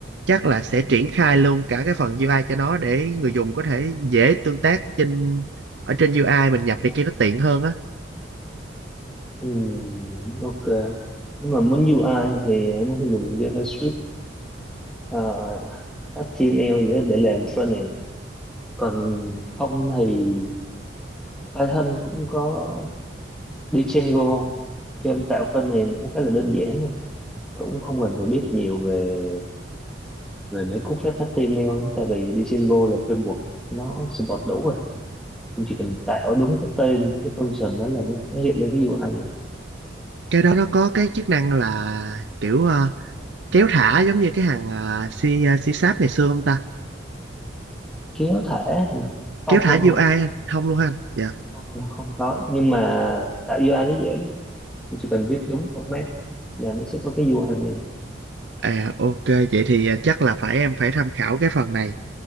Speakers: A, on the right; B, in the centre.
A: chắc là sẽ triển khai luôn cả cái phần UI cho nó để người dùng có thể dễ tương tác trên ở trên UI mình nhập này kia nó tiện hơn á
B: Ừm, ok nhưng mà muốn UI thì em muốn phải dùng JavaScript à, HTML gì đó để làm frontend còn không thì Python cũng có Django cho em tạo frontend cũng khá là đơn giản thôi cũng không cần phải biết nhiều về về mấy cú phép HTML tại vì đi single là framework nó support đủ rồi em chỉ cần tạo đúng cái tên cái function đó là nó sẽ hiện lên cái UI vậy
A: cái đó nó có cái chức năng là kiểu ờ, kéo thả giống như cái hàng uh, si uh, si sáp ngày xưa không ta
B: kéo thả hả không
A: kéo thả
B: không
A: UI
B: không
A: anh không luôn hả anh dạ
B: không không có nhưng mà tạo UI nó dễ lắm em chỉ cần viết đúng format là nó sẽ có cái UI vậy
A: à ok vậy thì ờ, chắc là phải em phải tham khảo cái phần này